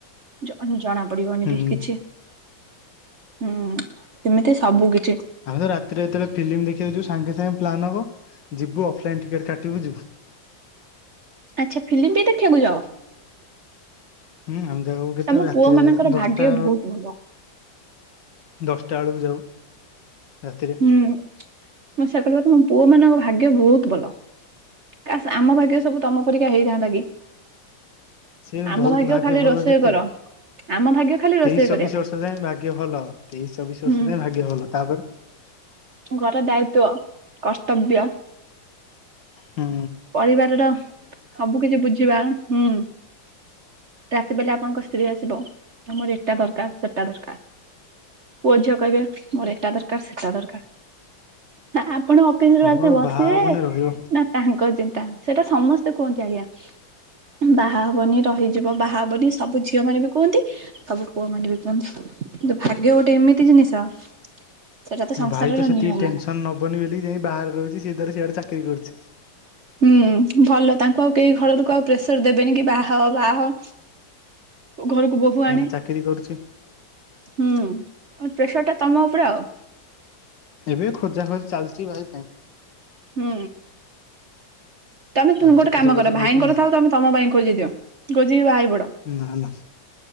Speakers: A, on the right; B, on the left.
A: ଜ ଜଣା ପଡିବନି
B: ହୁଁ
A: ବି କିଛି। ହୁଁ ଏମିତି ସବୁ କିଛି।
B: ଆମେ ତ ରାତିରେ ଯେତେବେଳେ ଫିଲ୍ମ ଦେଖିବାକୁ ଯିବୁ ସାଙ୍ଗେ ସାଙ୍ଗେ ପ୍ଲାନ ହବ ଯିବୁ ଅଫଲାଇନ ଟିକେଟ୍ କାଟିବୁ ଯିବୁ।
A: ଆଛା ଫିଲିମ୍ ବି ଦେଖିବାକୁ ଯାଅ?
B: ହୁଁ ଆମେ ଯାଉ କେତେବେଳେ
A: ତମ
B: ରାତିରେ
A: ପୁଅ ମାନଙ୍କର
B: ଯାଉ ଦଶଟା
A: ଭାଗ୍ୟ ବହୁତ ଭଲ।
B: ଦଶଟା ବେଳକୁ ଯାଉ ରାତିରେ।
A: ହୁଁ ମୁଁ ସେଇଆ କହିଲି ପା ତମ ପୁଅ ମାନଙ୍କ ଭାଗ୍ୟ ବୋହୁତ ଭଲ। କାସ୍ ଆମ ଭାଗ୍ୟ ସବୁ ତମ ପରିକା ହେଇଥାନ୍ତା କି?
B: ସିଏ
A: ଆମ
B: ବୋହୁତ ଭାଗ୍ୟ
A: ଖାଲି
B: ଭଲ
A: ରୋଷେଇ
B: କେତେ
A: କର ଆମ ଭାଗ୍ୟ ଖାଲି ରୋଷେଇ
B: ତେଇଶି ଚବିଶ
A: କରିବା ପାଇଁ
B: ବର୍ଷ ଯାଏ ଭାଗ୍ୟ ଭଲ ତେଇଶି ଚବିଶ
A: ହୁଁ
B: ବର୍ଷ ଯାଏ ଭାଗ୍ୟ ଭଲ ତାପରେ
A: ଘର ଦାୟିତ୍ଵ କର୍ତ୍ତବ୍ୟ
B: ହଁ।
A: ପରିବାରର ସବୁ କିଛି ବୁଝିବା ହୁଁ। ରାତି ବେଲେ ଆପଣଙ୍କ ସ୍ତ୍ରୀ ଆସିବ ଆମର ଏଟା ଦରକାର ସେଟା ଦରକାର। ପୁଅ ଝିଅ କହିବେ ମୋର ଏଟା ଦରକାର ସେଟା ଦରକାର। ଆପଣ ଅଫିସରୁ
B: ସବୁର
A: ଆସି ବସିବେ
B: ବାହା ହବନି ରହିବ
A: ନା ତାଙ୍କ ଚିନ୍ତା ସେଇଟା ସମସ୍ତେ କୁହନ୍ତି ଆଜ୍ଞା। ବାହା ହବନି ରହିଯିବ ବାହା ହବନି ସବୁ ଝିଅ ମାନେ ବି କୁହନ୍ତି ସବୁ ପୁଅ ମାନେ ବି କୁହନ୍ତୁ କିନ୍ତୁ ଭାଗ୍ୟ ଗୋଟେ ଏମିତି ଜିନିଷ ସେଟା ସଂସାରର
B: ମୋ ଭାଇ ତ ସେତିି
A: ନିୟମ
B: ଟେନସନ ନବନି ବୋଲି ଯାଇ ବାହାରେ ରହୁଛି ସିଏ ତାର ସିଆଡେ ଚାକିରି କରୁଛି।
A: ହୁଁ ଭଲ ତାଙ୍କୁ ଆଉ କେହି ଘର ଲୋକ ଆଉ ପ୍ରେସର ଦେବେନି କି ବାହା ହ ବାହା ହ ଘରକୁ ବୋହୂ
B: କାହିଁକିନା
A: ଆଣେ?
B: ଚାକିରି କରୁଛି
A: ହୁଁ ପ୍ରେସରଟା ତମ ଉପରେ ଆଉ
B: ଏବେ ଖୋଜାଖୋଜି ଚାଲିଛି ଭାଇ ପାଇଁ
A: ହୁଁ। ତମେ
B: ଚାଲିଛି
A: ଗୋଟେ କାମ
B: ଖୋଜା ଖୋଜି
A: କର ଭାଇଙ୍କର
B: ଭାଇ ପାଇଁ ଆଉ
A: ଥାଉ ତମେ ତମ ପାଇଁ ଖୋଜି ଦିଅ ଖୋଜି ଦିଅ ଖୋଜିକି ବାହା ହେଇପଡ।
B: ନା ନା